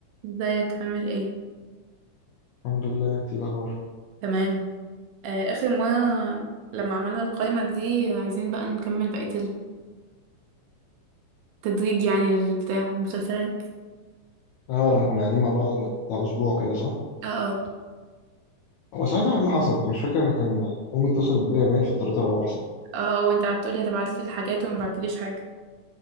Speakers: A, on the right; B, on the left.
A: ازيك عامل ايه
B: الحمد لله انت ايه الاخبار
A: تمام آه اخر مره لما عملنا القائمه دي عايزين بقى نكمل بقيه التدريج يعني للبتاع المسلسلات
B: اه لما كنا قاعدين مع بعض من بتاع اسبوع كده صح
A: اه اه
B: هو ساعتها إيه اللي حصل مش فاكر انا كان امي اتصلت بيا باين فاضطريت اروح صح
A: اه اه، وانت قعدت تقولي هتبعتلي الحاجات وما بعتليش حاجه